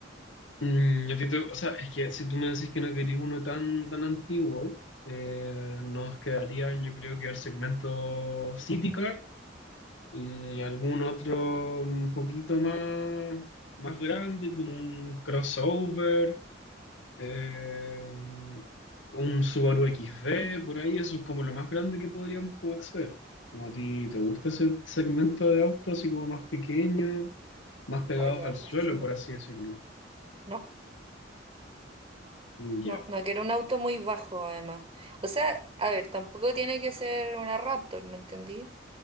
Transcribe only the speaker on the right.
Ay, la
verdad
es que no.
No,
no, no quiero un auto muy bajo, además. O sea, a ver, tampoco tiene que ser una Raptor, ¿me entendí?